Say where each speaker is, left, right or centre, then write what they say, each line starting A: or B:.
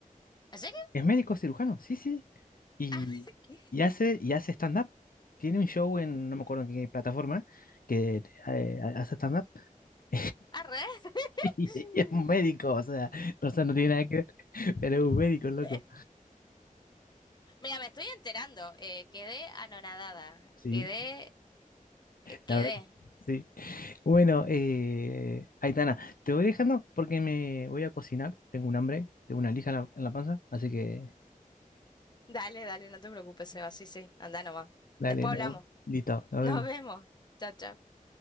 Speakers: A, on the left (about 30°); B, on the left (about 80°).
A: ¿En serio?
B: es médico cirujano, sí, sí, y,
A: <laughs>
B: y hace y hace stand-up. Tiene un show en no me acuerdo en qué plataforma que eh, hace stand-up <laughs>
A: Arre. <laughs>
B: Y es un médico, o sea, no, o sea, no tiene nada que ver, pero es un médico, loco.
A: Pe- Mira, me estoy enterando. eh, quedé anonadada.
B: Sí,
A: Quedé, eh, quedé.
B: la verdad, que sí. Bueno, eh, Aitana, te voy dejando porque me voy a cocinar. Tengo un hambre, tengo una lija en la, en la panza, así que
A: Dale, dale, no te preocupes, Seba. Sí, sí, anda nomás.
B: dale,
A: Después
B: no,
A: hablamos.
B: listo, nos
A: Nos
B: vemos.
A: vemos. Chao, chao.